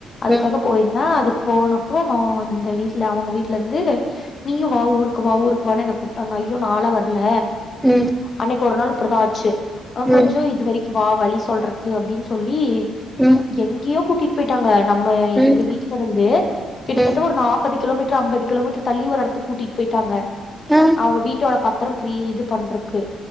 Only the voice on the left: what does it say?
அதுக்காக
போயிருந்தே அதுக்கு போனப்போ ஓ அந்த வீட்ல அவங்க வீட்டு ட்ல இருந்து நீயு வா ஊருக்கு வா ஊருக்குவானு என்ன கூப்ட்டாங்க ஐயோ நால்லா வர்ல
அன்னைக்கு ஒரு நாள் இப்புடிதா ஆச்சு அ கொஞ்சோ
இது வெரிக்கு வா வழி சொல்றக்கு அப்புடின்னு சொல்லி
எங்கயோ கூட்டிட்டு போயிட்டாங்க நம்ம எங்க
வீட்ல இருந்தே கிட்டத்தட்ட
ஒரு நாப் ப்பது கிலோமீட்டர் அம்பது கிலோமீட்டர் தள்ளி ஒரு எடத்துக்கு கூட்டிட்டு போயிட்டாங்க
அவங்க வீட்டோட பத் த்தரம் க்ரி இது பண்றக்கு